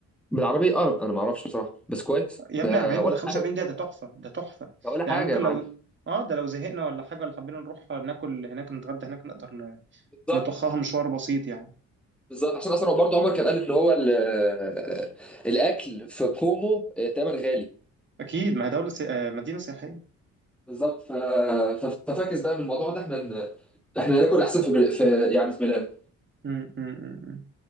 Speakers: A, in the centre; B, on the right (about 40°).
A: بالعربيه اه انا ما اعرفش بصراحه بس كويس
B: يا
A: ده
B: ابني 40 ولا
A: ولا
B: 45
A: حاجه
B: دقيقة ده تحفة ده تحفة
A: ده ولا حاجه
B: يعني ممكن
A: يا معلم
B: لو اه ده لو زهقنا ولا حاجة ولا حبينا نروح ناكل هناك نتغدى هناك نقدر ن-
A: بالظبط
B: نطخها مشوار بسيط يعني
A: بالظبط عشان اصلا برضه عمر كان قال ان هو ال- آه، الاكل في كومو آه، تمن غالي
B: اكيد ما هي دولة سي... آه، مدينة سياحية
A: بالظبط ف... ف... ففاكس بقى من الموضوع ده احنا ن... احنا ناكل احسن في, بل... في يعني في ميلان
B: م- م- م- م.